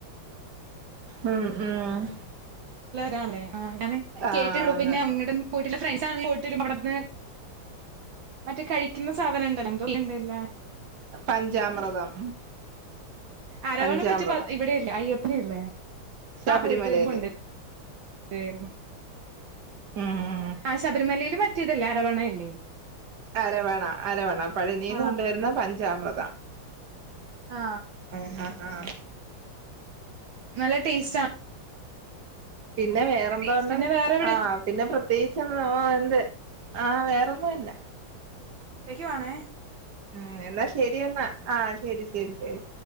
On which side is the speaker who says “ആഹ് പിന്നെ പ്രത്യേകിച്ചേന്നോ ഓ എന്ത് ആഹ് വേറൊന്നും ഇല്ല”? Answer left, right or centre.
Right